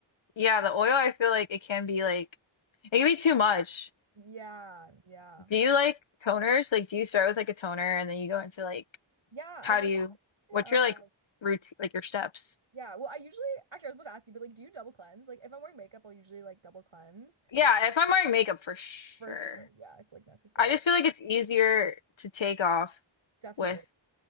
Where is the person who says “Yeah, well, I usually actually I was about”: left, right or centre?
Right